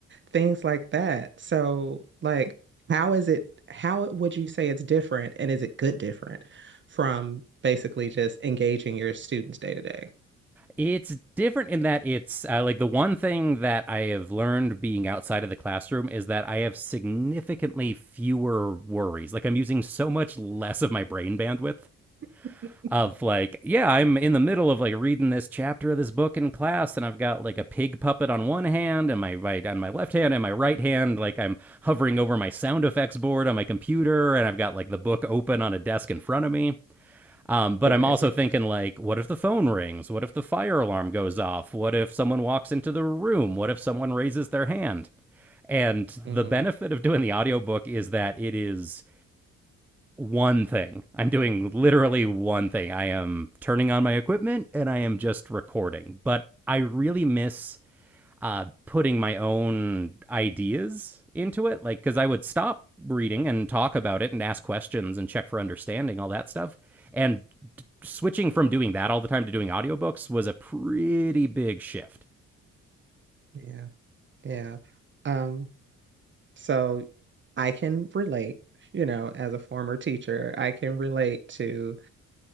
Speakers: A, on the right; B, in the centre.
A: things like that. So like how is it how would you say it's different and is it good different from basically just engaging your students day to day?
B: It's different in that it's uh, like the one thing that I have learned being outside of the classroom is that I have significantly fewer worries. Like I'm using so much less of my brain bandwidth
A: <laughs>
B: of like, yeah, I'm in the middle of like reading this chapter of this book in class and I've got like a pig puppet on one hand and my right on my left hand and my right hand like I'm hovering over my sound effects board on my computer and I've got like the book open on a desk in front of me. Um, but
A: Amazing.
B: I'm also thinking like, what if the phone rings? What if the fire alarm goes off? What if someone walks into the room? What if someone raises their hand? And
A: hmm
B: the benefit of doing the audiobook is that it is one thing. I'm doing literally one thing. I am turning on my equipment and I am just recording. But I really miss uh, putting my own ideas into it. Like, because I would stop reading and talk about it and ask questions and check for understanding, all that stuff. And d- switching from doing that all the time to doing audiobooks was a pretty big shift
A: Yeah. Yeah. Um, so I can relate, you know, as a former teacher, I can relate to